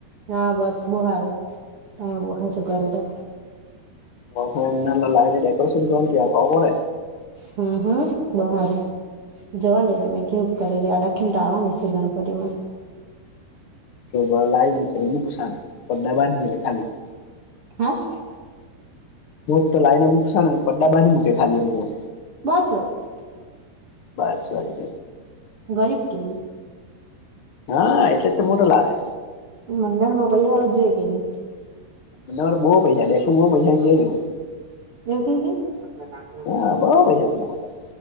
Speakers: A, on the right; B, on the left.
A: હા બસ બુહારું તમે બુહા છો કર તો
B: ઘના ડેકોરેશન કર ત્યાં ખબ ને
A: હા હા બહાર જવા દે તમેં કેવું કરે ર આડા ખ તોવાની છે ગણપતિ માં
B: કે બ લ આવી નુકસાન પડ્ડાા બાંધી ગે ખાલી
A: હ
B: મોટ તો લાઈને મૂકશ ને પડડા બાંધ મૂકે ખાલી એમ
A: બસરી
B: બસ વા ગ
A: ગરીબ કેની
B: હા એટલે તો મોટો લાવે
A: મંદણ માં પૈસા જોુઈએ કે નહી
B: મર બુ પૈસા દેખું પૈસા ક દે દઉું
A: એવ કે કે
B: હા બહુ પૈસા મને મારા